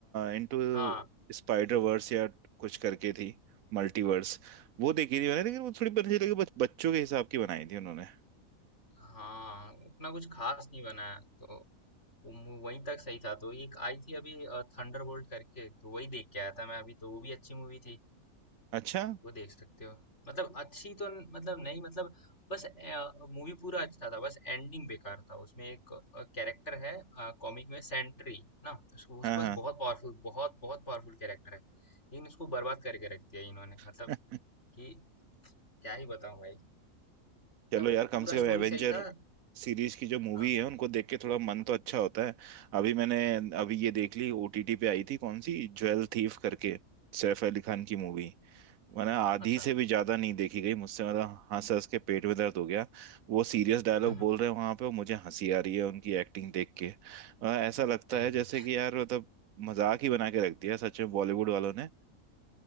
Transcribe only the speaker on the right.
इनटू
स्पाइडर वर्स या कुछ करके थी मल्टीवर्स वो देखी थी मैंने लेकिन वो थोड़ी मुझे लगी बच, बच्चों के हिसाब की बनाई थी उन्होंने
अच्छा
हाँ
हाँ
<laughs>
चलो यार कम
से कम
एवेंजर
सीरीज की जो मूवी
है उनको देख के थोड़ा मन तो अच्छा होता है अभी मैंने अभी ये देख ली ओटीटी पे आई थी कौन सी ज्वेल थीफ करके सैफ अली खान की मूवी मैंने आधी
से भी ज्यादा नहीं देखी गई मुझसे मतलब हंस हंस के पेट में दर्द हो गया वो सीरियस डायलॉग
बोल रहे हैं वहां पे और मुझे हंसी आ रही है उनकी एक्टिंग देख के अ, ऐसा लगता
है जैसे कि यार मतलब मजाक ही बना के रख दिया सच में बॉलीवुड वालों ने